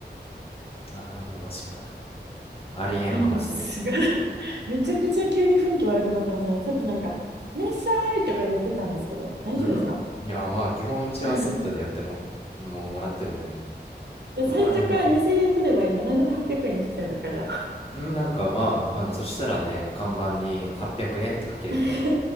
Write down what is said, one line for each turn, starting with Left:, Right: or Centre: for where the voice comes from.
Left: あー、もうマジか。ありえんわ、
Right: なんかすごい
Left: マジで。
Right: <laughs> めちゃくちゃ急に雰囲気悪くなってませんさっきなんか、いらっしゃいとか言ってたんですけど、大丈夫ですか
Left: んいや、まあ、基本うちはセットでやっても、
Right: <laughs>
Left: もうもらってるんでね。
Right: で、
Left: ここら辺は。
Right: 最初から2000円取ればいいのに、なんで800円にしてるんですか、じゃあ。
Left: んなんかまあ、あの、そしたらね、看板に800円って書けるんで、
Right: <laughs>